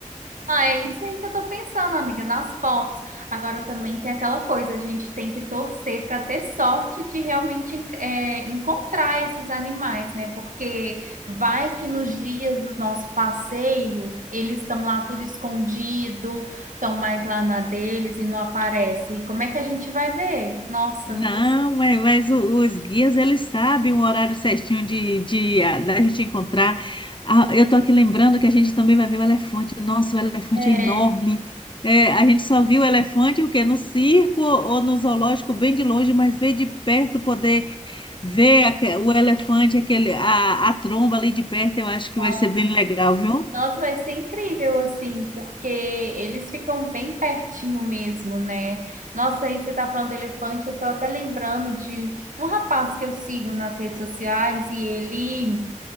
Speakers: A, on the right; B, on the left.
A: Ah, é isso aí que eu tô pensando, amiga, nas fotos. Agora também tem aquela coisa, a gente tem que torcer para ter sorte de realmente en- é, encontrar esses animais, né? Porque vai que nos dias do nosso passeio eles estão lá tudo escondido, estão mais lá na deles e não aparece. E como é que a gente vai ver? Nossa,
B: Não,
A: meu...
B: mas, mas o- os guias, eles sabem o horário certinho de, de- a- da gente encontrar. Ah, eu tô aqui lembrando que a gente também vai ver o elefante. Nossa, o elefante
A: é.
B: é enorme. É, a gente só viu o elefante o quê? No circo ou no zoológico, bem de longe, mas ver de perto, poder ver aque- o elefante, aquele, a, a tromba ali de perto, eu acho
A: então,
B: que vai ser bem legal, viu?
A: Nossa, vai ser incrível, assim, porque eles ficam bem pertinho mesmo, né? Nossa, aí você tá falando do elefante, eu tô até lembrando de um rapaz que eu sigo nas redes sociais e ele.